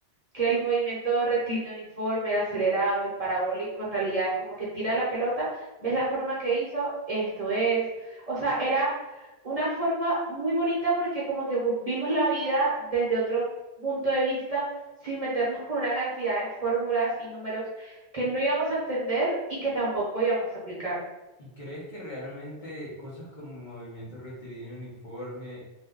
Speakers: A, on the right; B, on the left.
A: que el movimiento rectilíneo uniforme, el acelerado, el parabólico, en realidad es como que tira la pelota, ves la forma que hizo, esto es. O sea, era una forma muy bonita porque como que pues, vimos la vida desde otro punto de vista, sin meternos con una cantidad de fórmulas y números que no íbamos a entender y que tampoco íbamos a aplicar.
B: ¿Y crees que realmente cosas como el movimiento rectilíneo uniforme